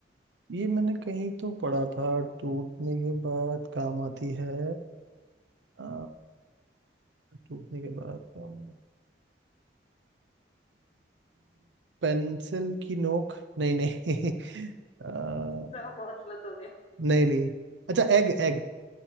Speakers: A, on the right; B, on the left.
A: ये मैंने कहीं तो पढ़ा था टूटने के बाद काम आती है आ, टूटने के बाद काम पेंसिल की नोक नहीं नहीं <laughs> आ,
B: तो आप बहुत गलत हो गए
A: नहीं नहीं अच्छा egg egg